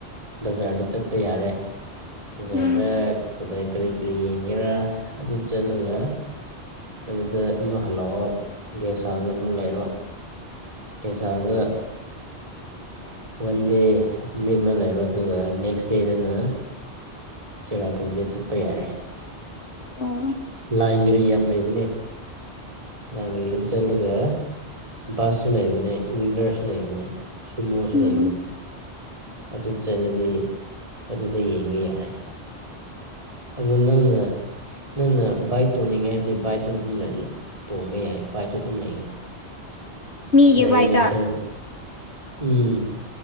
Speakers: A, on the right; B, on the left.
A: ꯕꯖꯥꯔꯗ ꯆꯠꯄ ꯌꯥꯔꯦ꯫ ꯕꯖꯥꯔꯗ
B: ꯎꯝ
A: ꯀꯗꯥꯏ ꯀꯔꯤ ꯀꯔꯤ ꯌꯦꯡꯒꯦꯔꯥ ꯑꯗꯨ ꯆꯠꯂꯒ ꯑꯗꯨꯗ ꯑꯃꯨꯛ ꯍꯜꯂꯛꯑꯣ ꯒꯦꯁ ꯍꯥꯎꯁ ꯑꯃꯨꯛ ꯂꯩꯔꯣ ꯒꯦꯁ ꯍꯥꯎꯁꯗꯥ ꯋꯥꯟ ꯗꯦ ꯅꯨꯃꯤꯠ ꯑꯃ ꯂꯩꯔꯣ ꯑꯗꯨꯒ ꯅꯦꯛꯁ ꯗꯦꯗꯅ ꯆꯔꯥ ꯄꯨꯟꯁꯤꯗ ꯆꯠꯄ ꯌꯥꯔꯦ
B: ꯑꯣ
A: ꯂꯥꯏꯟ ꯒꯥꯔꯤ ꯌꯥꯝ ꯂꯩꯕꯅꯦ꯫ ꯂꯥꯏꯟ ꯒꯥꯔꯤꯗ ꯆꯠꯂꯒ ꯕꯁꯁꯨ ꯂꯩꯕꯅꯦ ꯋꯤꯡꯒꯔꯁꯨ ꯂꯩꯕꯅꯦ ꯁꯨꯝꯃꫭꯁꯨ
B: ꯎꯝ
A: ꯂꯩꯕꯅꯤ ꯑꯗꯨ ꯆꯠꯂꯗꯤ ꯑꯗꯨꯗ ꯌꯦꯡꯕ ꯌꯥꯔꯦ ꯑꯗꯨ ꯅꯪꯅ ꯅꯪꯅ ꯕꯥꯏꯛ ꯇꯣꯡꯅꯤꯡꯉꯦ ꯍꯥꯏꯔꯗꯤ ꯕꯥꯏꯛꯁꯨ ꯑꯗꯨꯝ ꯂꯩ ꯇꯣꯡꯕ ꯌꯥꯏ ꯕꯥꯏꯛꯁꯨ ꯑꯗꯨꯝ ꯂꯩꯒꯅꯤ꯫
B: ꯃꯤꯒꯤ
A: ꯗ꯭ꯔꯥꯏꯚꯤꯡ
B: ꯕꯥꯏꯗ
A: ꯂꯥꯏꯁꯦꯟꯁ ꯎꯝ